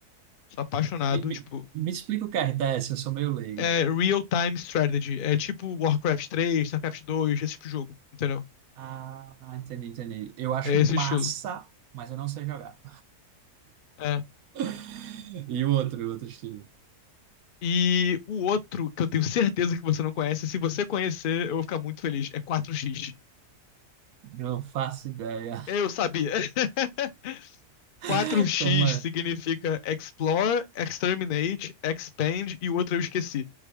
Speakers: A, on the left; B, on the right.
A: Sou apaixonado,
B: Me, me,
A: tipo,
B: me explica o que é RTS, eu sou meio leigo.
A: é real-time strategy. É tipo Warcraft 3, StarCraft 2, esse tipo de jogo, entendeu?
B: Ah, entendi, entendi. Eu acho
A: É
B: massa,
A: esse estilo.
B: mas eu não sei jogar.
A: É.
B: <laughs> E o outro, o outro estilo?
A: E o outro que eu tenho certeza que você não conhece, se você conhecer, eu vou ficar muito feliz. É 4x.
B: Não faço ideia.
A: Eu sabia. <laughs>
B: <laughs>
A: 4x
B: Como é?
A: significa Explore, Exterminate, Expand e o outro eu esqueci.